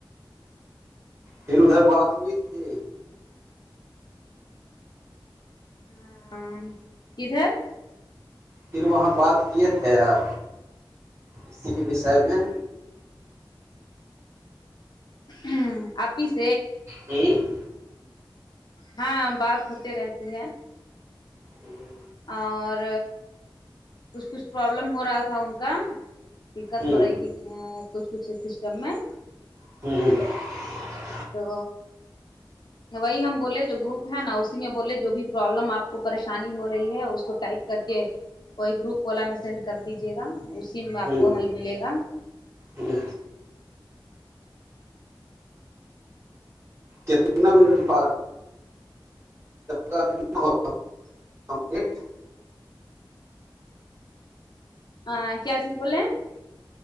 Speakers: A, on the right; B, on the left.
A: پھر ادھر بات ہوئی تھی
B: ہاں کدھر
A: پھر وہاں بات کیے تھے آپ اسی کے وشے میں
B: ہ آیس
A: ہوں <inaudible>
B: ہاں بات ہوتے رہتی ہے
A: جی جی
B: اور کچھ کچھ پرابلم ہو رہا تھا ان کا دقت
A: ہوں
B: ہو رہی تھی کچھ کچھ سسٹم میں
A: ہ
B: تو تو وہی ہم بولے جو گروپ ہے نا اسی میں بولے جو بھی پرابلم آپ کو پریشانی ہو رہی ہے اس کو ٹائپ کر کے کوئی گروپ والا میں سینڈ کر دیجیے گا اسی میں آپ
A: ہوں
B: کو حل ملے گا
A: ہوں کتنا منٹ پ کا کتنا ہوگا کمپلیٹ
B: ہاں کیا چیز بولے ہیں